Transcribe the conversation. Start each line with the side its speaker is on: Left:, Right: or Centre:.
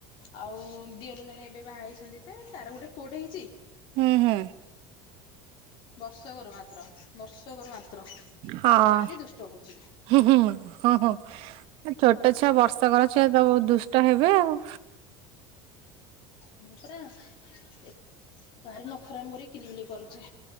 Left: ଆଉ ଦିଅର ଜଣେ ଏବେ ବାହା ହେଇଛନ୍ତି ତେ ତାର ଗୋଟେ ପୁଅଟେ ହେଇଚି।
Right: ହୁଁ ହୁଁ।
Left: ବର୍ଷକର ମାତ୍ର ବର୍ଷକର ମାତ୍ର
Right: ହଁ।
Left: ଭାରି ଦୁଷ୍ଟ ହଉଛି।
Right: ହୁଁ ହୁଁ ହଁ ହଁ। ଏ ଚଟାଛୁଆ ବର୍ଷକର ଛୁଆ ପା ବହୁ ଦୁଷ୍ଟ ହେବେ ଆଉ।
Left: ହଁ ପରା ଏ ଭାରି ନଖରାମି କରିକି କିଲି ବିଲି। କରୁଛେ